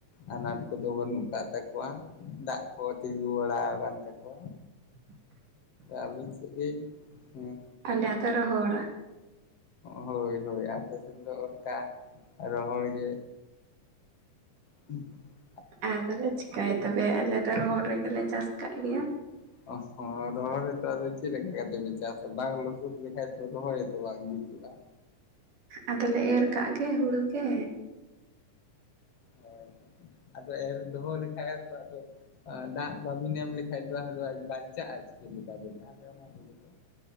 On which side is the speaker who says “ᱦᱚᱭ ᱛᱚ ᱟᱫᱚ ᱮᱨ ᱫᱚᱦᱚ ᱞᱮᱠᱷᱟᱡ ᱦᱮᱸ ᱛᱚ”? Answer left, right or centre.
Left